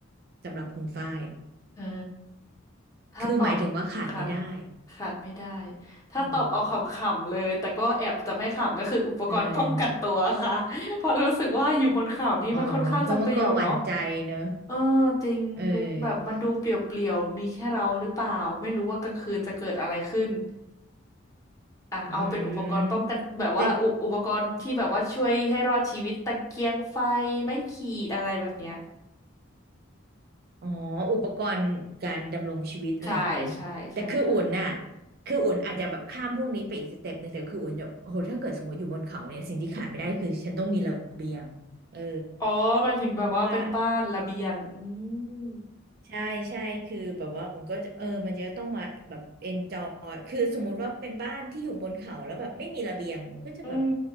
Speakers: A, on the right; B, on the left.
A: สำหรับคุณฝ้าย
B: อ่า ถ้าตอบ
A: คือหมายถึงว่าขาดไม่ได้
B: ค่ะขาดไม่ได้ถ้าตอบเอาขำๆเลยแต่ก็แอบจะไม่ขำก็คืออุปกรณ์ป้องกันตัวค่ะ
A: อืมเออ
B: <laughs> เพราะรู้สึกว่าอยู่บนเขานี่มันค่อนข้างจะเปลี่ยวเนาะ
A: อ๋อเพราะมันก็หวั่นใจเนอะ
B: เออจริงรู้แบบมันดูเปลี่ยวๆมีแค่เราหรือเปล่าไม่รู้ว่ากลางคืนจะเกิดอะไรขึ้น
A: เออ
B: อ่ะเอาเป็นอุปกรณ์ป้องกันแบบว่าอุอุปกรณ์ที่แบบว่าช่วยให้รอดชีวิตตะเกียงไฟไม้ขีดอะไรแบบเนี้ย
A: อืมแต่อ๋ออุปกรณ์การดำรงชีวิตอะไรอย่างเงี้ยเนาะแต่คืออุ่นน่ะ
B: ใช่ใช่ใช่ค่ะ
A: คืออุ่นอาจจะแบบข้ามพวกนี้ไปอีกสเต็ปหนึ่งแต่คืออุ่นจะโหถ้าเกิดสมมติอยู่บนเขาเนี่ยสิ่งที่ขาดไม่ได้คือฉันต้องมีระเบียงเออ
B: อ๋อหมายถึงแบบว่าเป็นบ้านระเบียงอื
A: เพราะว่า
B: ม
A: ใช่ใช่คือแบบว่าอุ่นก็จะเออมันจะต้องมาแบบเอนจอยคือสมมุติว่าเป็นบ้านที่อยู่บนเขาแล้วแบบไม่มีระเบียงอุ่นก็จะแบบ
B: อืม